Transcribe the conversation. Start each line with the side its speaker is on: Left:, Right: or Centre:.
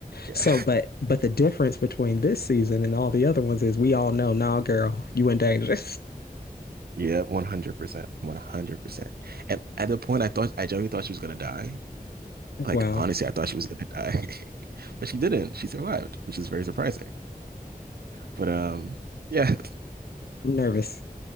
Right: Yeah,
Left: So, but but the difference between this season and all the other ones is we all know, nah, girl, you in danger.
Right: <laughs> yeah, one hundred percent, one hundred percent. And at the point, I thought I genuinely thought she was gonna die.
Left: <laughs>
Right: Like
Left: wow.
Right: honestly, I thought she was gonna die, <laughs> but she didn't. She survived, which is very surprising. But um, yeah,
Left: I'm nervous.